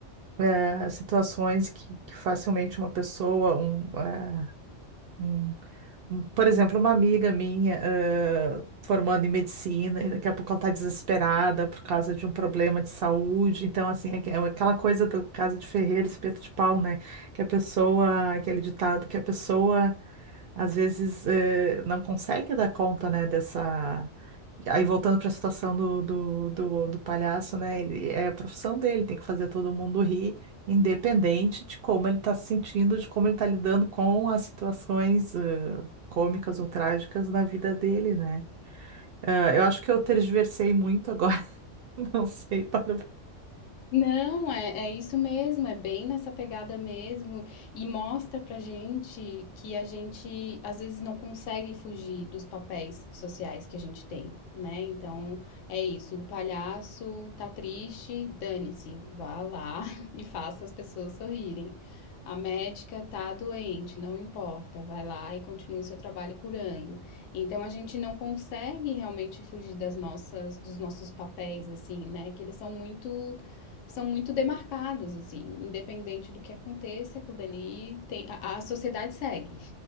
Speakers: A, on the right; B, on the left.
A: eh, situações que, que facilmente uma pessoa, um, eh, um por exemplo, uma amiga minha, eh, formando em medicina, e daqui a pouco ela está desesperada por causa de um problema de saúde. Então, assim, aque- aquela coisa do caso de Ferreira, espeto de pau, né? Que a pessoa, aquele ditado, que a pessoa às vezes eh, não consegue dar conta, né, dessa. Aí voltando para a situação do, do, do, do palhaço, né? Ele, é a profissão dele, tem que fazer todo mundo rir, independente de como ele está se sentindo, de como ele está lidando com as situações eh, cômicas ou trágicas na vida dele, né? Ah, eu acho que eu tergiversei muito agora, <laughs> não sei, para...
B: Não, é, é isso mesmo, é bem nessa pegada mesmo, e mostra pra gente que a gente às vezes não consegue fugir dos papéis sociais que a gente tem, né? Então é isso, o palhaço tá triste, dane-se, vá lá <laughs> e faça as pessoas sorrirem. A médica tá doente, não importa, vai lá e continue seu trabalho curando. Então a gente não consegue realmente fugir das nossas, dos nossos papéis, assim, né? Que eles são muito são muito demarcados, assim, independente do que aconteça, aquilo dali tem, a, a sociedade segue,